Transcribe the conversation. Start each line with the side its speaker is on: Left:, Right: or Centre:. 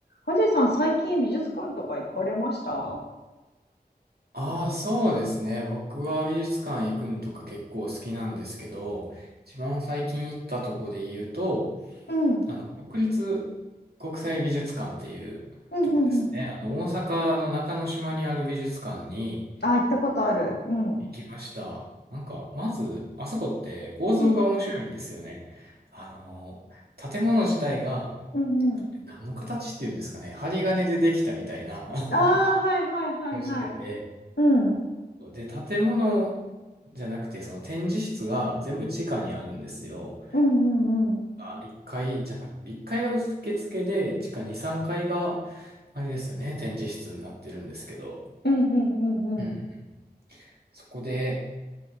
Left: はじさん、最近美術館とか行かれました
Right: ああ、そうですね。僕は美術館行くのとか結構好きなんですけど、一番最近行ったとこで言うと、
Left: うん。うん
Right: あの、国立国際美術館っていうとこですね。
Left: うんうん。
Right: あの、大阪の中之島にある美術館に
Left: あ、行ったことある。うん。う
Right: 行きました。なんか、まず、あそこって構造が面白いんですよね。
Left: ん
Right: あの、建物自体が、
Left: うんうん。
Right: あれ何の形っていうんですかね。針金でできたみたいな <laughs>
Left: ああー、はいはいはいはい。
Right: をしてて、
Left: うん。
Right: で、建物じゃなくて、その展示室が全部地下にあるんですよ。
Left: うんうんうん。
Right: あ、1階じゃなく、1階が受付で、地下2、3階がいが、あれですよね、展示室になってるんですけど。
Left: うんうんうんうん。
Right: うん。そこで、